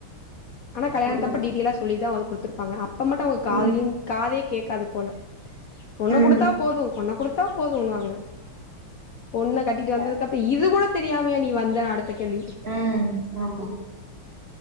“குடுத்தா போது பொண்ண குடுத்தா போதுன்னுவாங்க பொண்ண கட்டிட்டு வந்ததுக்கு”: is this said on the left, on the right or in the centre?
Left